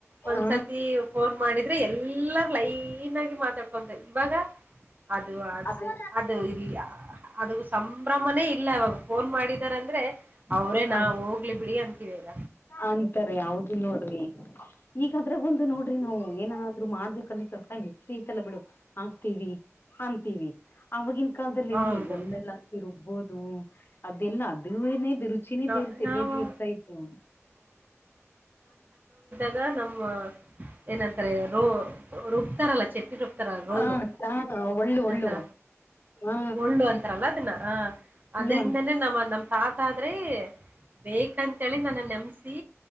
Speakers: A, on the right; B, on the left.
A: ಒಂದ್ಸತಿ
B: ಹ
A: ಫೋನ್ ಮಾಡಿದ್ರೆ ಎಲ್ಲಾರ ಲೈನ್ ಆಗಿ ಮಾತಾಡ್ಕೊಂತ ಇವಾಗ ಅದು ಅ
B: ಅದೇ
A: ಅದು ಇಲ್ಲ ಅ ಅದು ಸಂಭ್ರಮನೇ ಇಲ್ಲ ಇವಾಗ ಫೋನ್ ಮಾಡಿದಾರ ಅಂದ್ರೆ ಅವ್ರೇ ನಾ
B: ಆಯ್ತು
A: ಹೋಗ್ <inaudible> ಕು ಆಂತತಿ ವೇಗ
B: ಅಂತಾರೆ ಹೌದು ನೋಡ್ರಿ ಈಗ ಅದ್ರಾಗ ಒಂದು ನೋಡ್ರಿ ನಾವು ಏನಾದ್ರು ಮಾಡ್ಬೇಕ ಅಂದ್ರ ಸ್ವಲ್ ಮಿಕ್ಸಿ ಐತಲ್ಲ ಬಿಡು ಹಾಕ್ತೀವಿ ಅಂತೀವಿ ಆಗಿನ ಕಾಲದಲ್ಲಿ
A: ಹೌದು
B: ಎಲ್ಲಿ ಒಳ್ಳೆಲ್ಲ ಹಾಕಿ ರುಬ್ಬೋದು ಅದೆಲ್ಲ ಅದು ಚಿನಿ
A: ನಾ-
B: ಬೇರೆತೆ
A: ನಾವು
B: ಬೇರೆ ಇರ್ತೈತು <inaudible>
A: ಈಗ ನಮ್ಮ ಏನಂತಾರೆ ರೋ ರೊಬ್ತಾರಲ್ಲ ಚಟ್ನಿ ರಬ್ ರ ರೋಲು
B: ಹ ಚಾ ಒಳ್ಳು
A: ನಂತರ
B: ಒಳ್ಳು ಹಾ
A: ಒಳ್ಳು ಅಂತಾರಲ್ಲ ಅದನ್ನ ಹ
B: ಒಳ್ಳು
A: ಅದ್ರಿಂದಾನೇ
B: ಅಂತ
A: ನಮ್ಮ ನಮ್ಮ ತಾತಾದ್ರೆ ಬೇಕಂತೇಳಿ ನನ್ನ ನೆಮಸಿ